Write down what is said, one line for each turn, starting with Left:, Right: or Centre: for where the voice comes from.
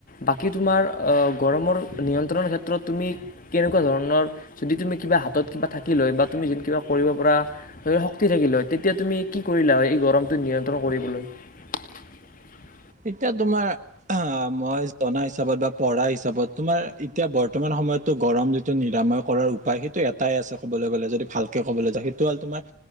Left: বাকী তোমাৰ গৰমৰ নিয়ন্ত্ৰণৰ ক্ষেত্ৰত তুমি কেনেকুৱা ধৰণৰ যদি তুমি কিবা হাতত কিবা থাকি লয় বা আমি যে কিবা কৰিব পৰা ধৰি ল শক্তি থাকিল হয় তেতিয়া তুমি কি কৰিলা হয় এই গৰমটো নিয়ন্ত্ৰণ কৰিবলৈ <unintelligible>
Right: এতিয়া তোমাৰ অ মই জনা হিচাপত বা পঢ়া হিচাপত তোমাৰ এতিয়া বৰ্তমান সময়তো গৰম যিটো নিৰাময় কৰাৰ উপায় সেইটো এটাই আছে ক'বলৈ গ'লে যদি ভালকৈ ক'বলৈ যাওঁ সেইটো হ'ল তোমাৰ